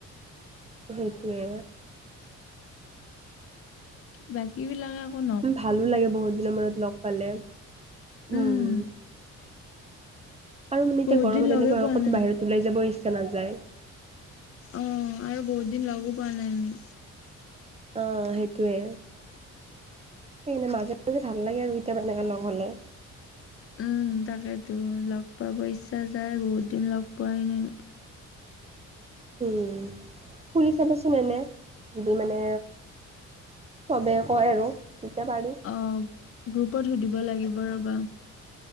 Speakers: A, on the right; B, on the left.
A: সেইটোৱে।
B: বাকী বিলাকে একো ন
A: ভালো লাগে বহুত দিনৰ মূৰত লগ পালে হম।
B: উম
A: আৰু মানে
B: বহুত
A: এতিয়া গৰমত
B: দিন লগে
A: এনেকুৱা হয়
B: পোৱা
A: ক'তো
B: নাই
A: বাহিৰত ওলাই যাব ইচ্ছা নাযায়।
B: অ আৰু বহুত দিন লগো পোৱা নাই আমি।
A: অ সেইটোৱে। সেইকাৰণে মাজে মাজে ভাল লাগে আৰু কেতিয়াবা এনেকুৱা লগ হ'লে।
B: উম, তাকেতো লগ পাব ইচ্ছা যায় বহুত দিন লগ পোৱাই নাই।
A: উম, সুধি চাবাচোন এনে যদি মানে চবেই কয় আৰু তেতিয়া পাৰি।
B: অ গ্ৰুপত সুধিব লাগিব ৰ'বা।